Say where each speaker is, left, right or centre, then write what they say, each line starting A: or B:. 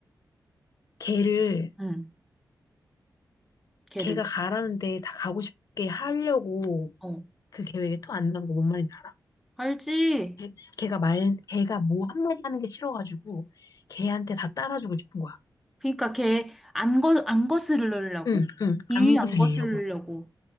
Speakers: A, on the left (about 55°); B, in the centre.
A: 걔를
B: 응, 걔를.
A: 걔가 가라는데 다 가고 싶게 하려고
B: 어,
A: 그 계획에 토 안 난 거 뭔 말인지 알아?
B: 알지?
A: 걔, 걔가 말, 걔가 뭐 한마디 하는 게 싫어가지고 걔한테 다 따라주고 싶은 거야.
B: 그니까 걔 안 거, 안 거스르려고.
A: 응, 응,
B: 이유
A: 안
B: 안
A: 거슬리려고.
B: 거스르려고.